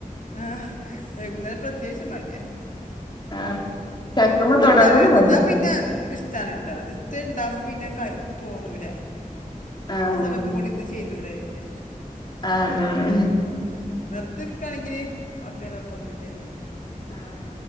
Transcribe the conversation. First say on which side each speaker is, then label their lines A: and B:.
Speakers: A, on the left (about 60°); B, on the left (about 30°).
A: ആഹ് വൈകുന്നേരം പ്രത്യേകിച്ച് മടിയാ.
B: ആഹ് ചക്കമ്മെ
A: എത്തുണ്ടാവര്ത്
B: തൊടാൻ തന്നെ മടി
A: ഇന്നാ പിന്നെ ഉം ഇഷ് ട്ടാണ് ട്ടോ അത് തേയ് ഉണ്ടാവുമ്പോ പിന്നെ കയ് തോന്നൂല.
B: ആഹ്
A: ആ സമയത്തും കൂടി ഇ ചെയ്തൂടേ വിചാര്ച്ചും
B: ആഹ് അതാണ്
A: അതാണ് വെർതെ ഇരിക്കയാണെങ്കിൽ ഓക്കെ കൊഴപ്പൊന്നുല്ല.
B: ആഹ്